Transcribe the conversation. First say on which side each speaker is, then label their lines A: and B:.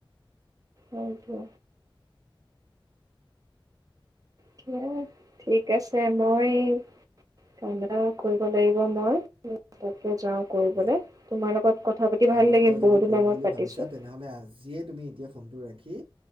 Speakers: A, on the right; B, on the right.
A: Thank you. কিবা। ঠিক আছে মই। কাম এটা কৰিব লাগিব মই তাতে যাওঁ। কৰিবলে
B: দিয়া
A: তোমাৰ লগত কথা পাতি
B: কাইলৈৰ
A: ভাল লাগিল
B: পৰা যদি
A: বহুত দিনৰ
B: কৰিম
A: মুৰত
B: বুলি
A: পাতিছোঁ।
B: ভাবিছা তেনেহ'লে আজিয়েচঊএতিয়া ফোনটো ৰাখি।